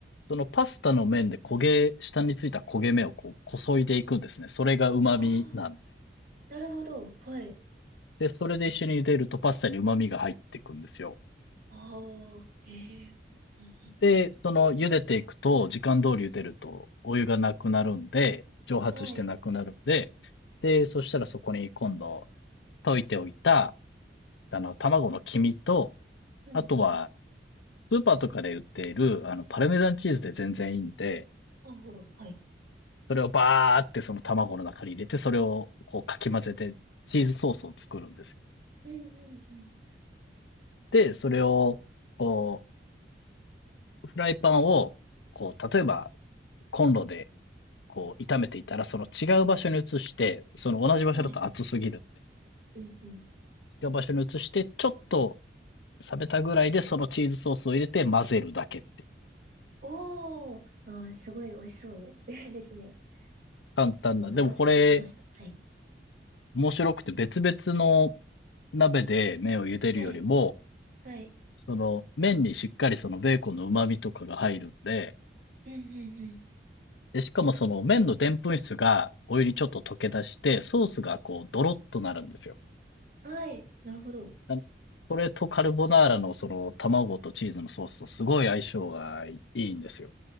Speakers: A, on the left; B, on the right.
A: そのパスタの面で焦げ、下についた焦げ目をこう、こそいでいくんですね。それが旨味なんで。
B: ああ、なるほど。はい。
A: で、それで一緒に茹でるとパスタに旨味が入っていくんですよ。
B: ああ、へえ。うんう
A: で、その茹でていくと、時間通り茹でると、お湯がなくなるんで、蒸発してなくなるんで、
B: ん。はい。
A: で、そしたらそこに今度、溶いておいた、あの、卵の黄身と、
B: うんうん。
A: あとは、スーパーとかで売っている、あの、パルメザンチーズで全然いいんで、
B: なるほど。はい。
A: それをバーってその卵の中に入れて、それをこうかき混ぜて、チーズソースを作るんですよ。
B: うんうんうん。
A: で、それを、こう、フライパンを、こう、例えばコンロでこう炒めていたら、その違う場所に移して、その同じ場所だと熱すぎるんで、
B: はい。うんうん。
A: 違う場所に移して、ちょっと冷めたぐらいでそのチーズソースを入れて混ぜるだけっていう。
B: おー、あー、すごい美味しそう <laughs> ですね。
A: 簡単な。
B: ちょっとお腹空いてきました。
A: でもこれ、
B: はい。
A: 面白くて別々の鍋で麺を茹でるよりも、
B: はい。はい。
A: その麺にしっかりそのベーコンの旨味とかが入るんで、
B: うんうん
A: で、しかもその麺のでんぷん質がお湯にちょっと溶け出して、ソースがこうドロッとなるんですよ。
B: うん。はい。なるほど。
A: なそれとカルボナーラのその卵とチーズのソースとすごい相性がいいいんですよ。